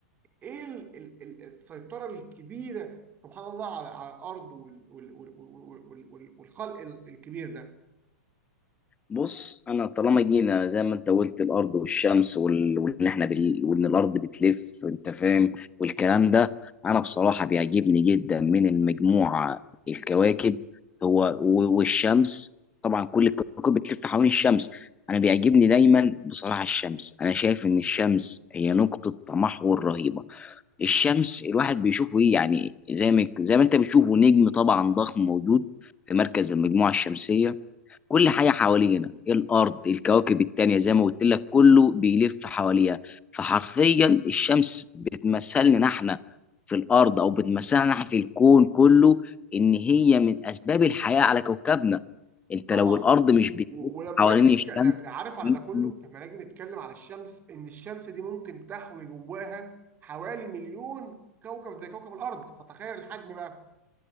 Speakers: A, on the right; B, on the left.
A: ايه ال- ال- ال- السيطره الكبيره سبحان الله على على الارض وال- وال- وال- وال- وال- وال- والخلق ال- الكبير ده
B: بص انا طالما جينا زي ما انت قلت الارض والشمس وال... وان احنا بال... وان الارض بتلف انت فاهم والكلام ده انا بصراحه بيعجبني جدا من المجموعه الكواكب هو و... والشمس طبعا كل الكواكب بتلف حوالين الشمس انا بيعجبني دايما بصراحه الشمس انا شايف ان الشمس هي نقطه تمحور رهيبه الشمس الواحد بيشوفه ايه يعني زي ما زي ما انت بتشوفه نجم طبعا ضخم موجود في مركز المجموعه الشمسيه كل حاجة حوالينا إيه الأرض الكواكب التانية زي ما قلت لك كله بيلف حواليها فحرفيا الشمس بتمثلنا احنا في الأرض أو بتمثلنا احنا في الكون كله إن هي من أسباب الحياة على كوكبنا أنت
A: طبعا
B: لو الأرض مش بتلف
A: و- ولما
B: حوالين
A: نيجي نتكلم عارف على
B: الشمس
A: ده كله لما نيجي نتكلم على الشمس ان الشمس دي ممكن تحوي جواها حوالي مليون كوكب زي كوكب الارض فتخيل الحجم بقى